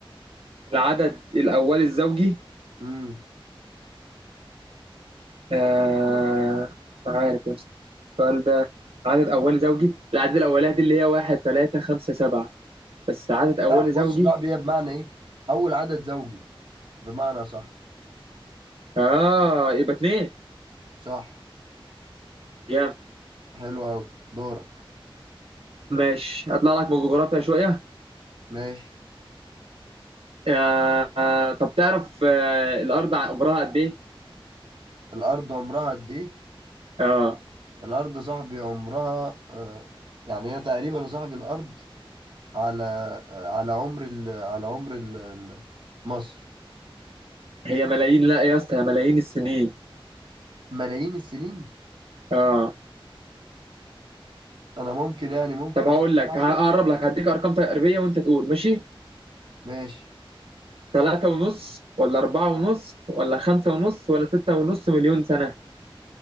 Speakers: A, on the right (about 80°); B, on the right (about 60°).
A: العدد الاولي الزوجي
B: امم
A: آه... مش عارف يا اسطى السؤال ده عدد اولي زوجي العدد الاولاني دي اللي هي واحد ثلاثة خمسة سبعة بس عدد اولي
B: لا بص
A: زوجي
B: يا صاحبي هي بمعنى ايه أول عدد زوجي بمعنى صح
A: اه يبقى اتنين
B: صح
A: جامد
B: حلو أوي دورك
A: ماشي هطلع لك بجغرافيا شوية
B: ماشي
A: آه... آه، طب تعرف آه... الارض عمرها قد ايه؟
B: الأرض عمرها قد ايه
A: اه
B: الأرض يا صاحبي عمرها آه يعني هي تقريبا يا صاحبي الأرض على على عمر ال... على عمر ال... ال- مصر
A: هي ملايين لا يا اسطى هي ملايين السنين
B: ملايين السنين
A: اه
B: انا ممكن يعني ممكن
A: طب
B: اقول
A: هقول
B: لصاحبي
A: لك هقرب لك هديك ارقام تقريبيه وانت تقول ماشي
B: ماشي
A: ثلاثة ونص ولا أربعة ونص ولا خمسة ونص ولا ستة ونص مليون سنة